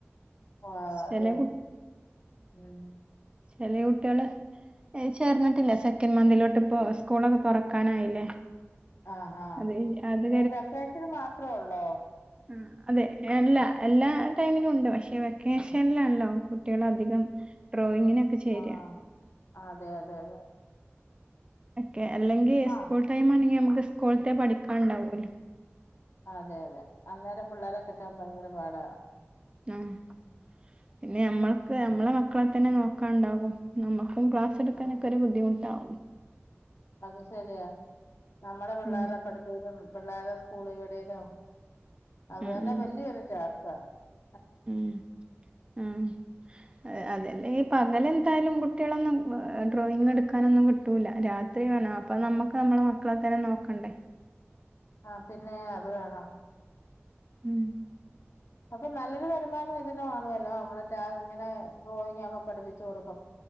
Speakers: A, on the left; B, on the right.
A: ആഹ്
B: ചെല
A: അതെയോ ഉം
B: ചെലെ കുട്ടിയാൾ ചേർന്നിട്ടില്ല സെക്കൻഡ് മന്തിലോട്ട് ഇപ്പോ സ്കൂളൊക്കെ തുറക്കാനായില്ലേ
A: ആഹ് ആഹ്
B: അത് അത്
A: ഈ വെക്കേഷന് മാത്രേയുള്ളോ
B: ആ അതെ എല്ലാ എല്ലാ ടൈമിലും ഉണ്ട് പക്ഷെ വെക്കേഷനിലാണ്ല്ലോ കുട്ടികൾ അധികം ഡ്രോയിങ്ങിനൊക്കെ ചേരാ
A: ആഹ് അതെ അതെ അതെ
B: യെ അല്ലെങ്കി
A: ആ
B: സ്കൂൾ ടൈം ആണെങ്കി മെക്ക് സ്കൂളത്തെ പഠിക്കാണ്ടാവുല്ലോ
A: അതെ അതെ അന്നേരം പിള്ളേരൊറ്റകാണ്ടാവ തേങ്ങുവേണ്ട
B: ആഹ് പിന്നെ നമ്മൾക്ക് നമ്മളെ മക്കളെ തന്നെ നോക്കാണ്ടാവും നമ്മ മ് ക്‌ളാസെടുക്കാനോക്കെ
A: ആ,
B: ഒരു ബുദ്ധിമു <inaudible>
A: അത് ശരിയാ നമ്മടെ പിള്ളാരെ
B: ഉം
A: <unintelligible> പിള്ളേരെ സ്കൂളേ വിടേലും അത്
B: ഉം
A: തന്നെ
B: ഉം
A: വല്യൊരു ടാ <unintelligible>
B: ഉം ആഹ്
A: ഉം.
B: അതല്ലേ ഈ പകലെ എന്തായാലും കുട്ടികളൊന്നും ഡ്രോയിങ് എടുക്കാനൊന്നും കിട്ടൂല രാത്രി വേണം അപ്പൊ നമ്മക്ക് നമ്മളെ മക്കളെ തന്നെ നോക്കണ്ടേ
A: ആ പിന്നെ അത് വേണം
B: ഉം
A: അപ്പൊ നല്ലൊരു വരുമാനം ഇതിന് കാണുവല്ലോ നമ്മള ഇങ്ങനെ ഡ്രോയിങ് ഒക്കെ പഠിപ്പിച്ചു കൊടുക്കും